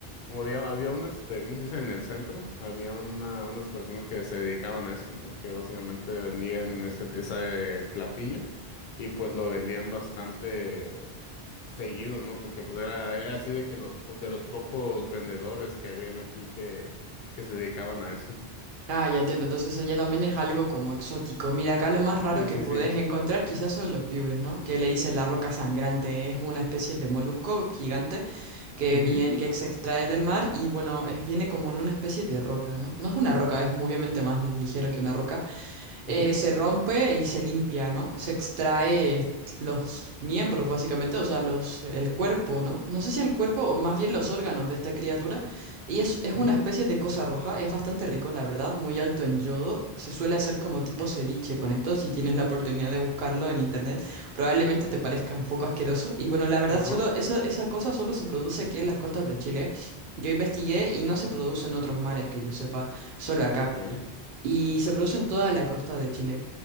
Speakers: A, on the left; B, on the right.
A: Como había, había un, este, ¿cómo se dice? En el centro había una, unas personas que se dedicaban a eso, ¿no? Que básicamente vendían ese, ese platillo. Y pues lo vendían bastante seguido, ¿no? Porque pues era, era así de que los po- de los pocos vendedores que habían aquí que, que se dedicaban a eso.
B: Ah, ya entiendo. Entonces allá también es algo como exótico. Mira, acá lo más raro
A: Sí,
B: que
A: sí,
B: puedes
A: sí.
B: encontrar quizás son los piures, ¿no? Que le dicen la roca sangrante. Es una especie de molusco gigante que,
A: Ujú,
B: viene, que se extrae del mar y bueno, es, viene como en una especie de roca, ¿no? No es una roca, es obviamente más ligero que una roca eh,
A: ujú,
B: se rompe y se limpia, ¿no? Se extrae eh, los miembros, básicamente, o sea, los, el cuerpo, ¿no? No sé si el cuerpo, o más bien los órganos de esta criatura. Y es, es
A: ujú,
B: una
A: ujú,
B: especie de cosa roja, es bastante rico, la verdad, muy alto en yodo. Se suele hacer como tipo ceviche con esto, si tienes la oportunidad de buscarlo en internet, probablemente te parezca un poco asqueroso. Y bueno, la verdad,
A: ajá,
B: solo esa, esa cosa solo se produce aquí en las costas de Chile. Yo investigué y no se produce en otros mares que yo sepa, solo acá
A: ok,
B: y se produce en toda la costa de Chile.